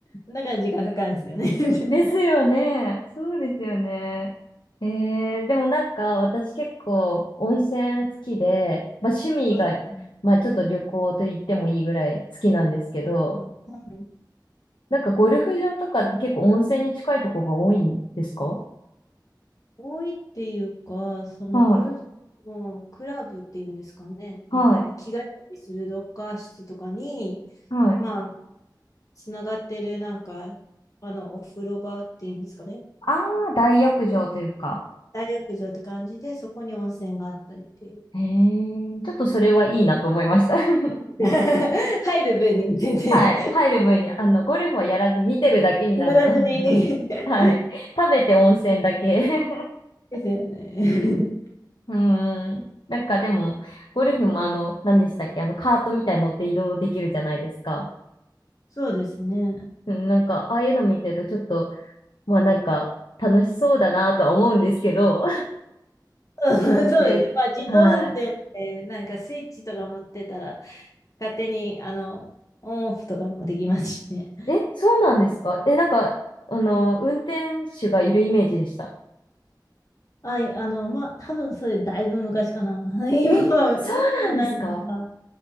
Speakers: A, on the left; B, on the left.
A: だから時間かかるんですよね。<laughs>
B: ですよね。そうですよね。えー、でもなんか私結構温泉好きで、まあ趣味が、
A: あ、そう
B: まあちょっと旅行と言ってもいいぐらい好きなんですけど、
A: うんはい
B: なんかゴルフ場とかって結構温泉に近いとこが多いんですか
A: 多いっていうか、そのゴルフのクラブっていうんですかね。
B: はい、はい、
A: なんか、着替えたりするロッカー室とかに、
B: はい。
A: まあ、つながってるなんか、あの、お風呂場っていうんですかね。
B: ああ、大浴場というか。
A: 大浴場って感じで、そこに温泉があったりっていう。
B: へえ、ちょっとそれはいいなと思いました。<laughs>
A: <laughs> 入る分に全然
B: はい。入る分に、あの、ゴルフはやらず見てるだけになると思います。
A: やらずに
B: <laughs>
A: <laughs> で
B: はい。食べて温泉だけ。<laughs>
A: すよね。
B: うーん。なんかでも、ゴルフもあの、何でしたっけ、あの、カートみたいに乗って移動できるじゃないですか。
A: そうですね。
B: うんなんか、ああいうの見てるとちょっと、まあなんか、楽しそうだなとは思うんですけど、
A: <laughs> うんそうですね。
B: なんせ、
A: まあ、自動運転ってなんかスイッチとか持ってたら、
B: は
A: 勝手にあのオンオフとかもできますしね。
B: い。え、そうなんですかえ、なんか、あの、運転手がいるイメージでした。
A: はい、あの、まあ、多分それだいぶ昔かな。<laughs> 今は、
B: え、そうなんですか
A: 今はなんか、